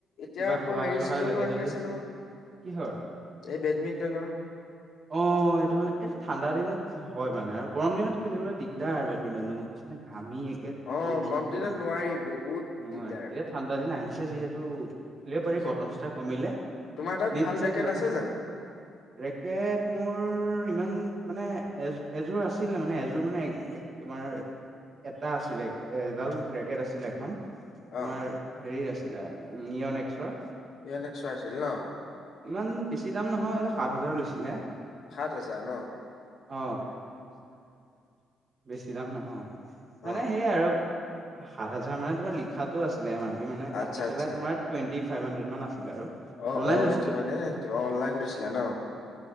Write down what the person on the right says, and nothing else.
কিবা
সহায়
চহায়
লাগে
যদি
কিহৰ?
অ এইটো মানে এইটো ঠাণ্ডা দিনত হয় মানে আৰু। গৰম দিনতেললৈ দিগদাৰ আৰু বেডমিটনো গম পাইছে। মানে ঘামি একে
জোল চুল
বৈ যায়
নোৱাৰ
এতিয়া ঠাণ্ডা দিন আহিছে যিহেতু খে পাৰি
বতাহটা কমিলে
নিশ্চ
লগা।
ৰেকেট মোৰ ইমান মানে এজ এযোৰ আছিল। আছিলে মানে এযোৰ মানে তোমাৰ এটা আছিলে এডাল ৰেকেট আছিল এখন। তোমাৰ
হেৰিত আছিলে নিয়ন একক্সৰ।
ইমান বেছি দাম নহয় যে সাত হাজাৰ লৈছিলে।
অ',
বেছি দাম নহয়
মানে সেইয়াই আৰু সাত হাজাৰ মানে তোমাৰ লিখাাতো আছিলে মাৰ বি মানে
কাটি
পেলাই তোমাৰ টুৱেটি ফাইভ হাণ্ডে মান আছিল আৰু।
অনলাইন
লৈছিলো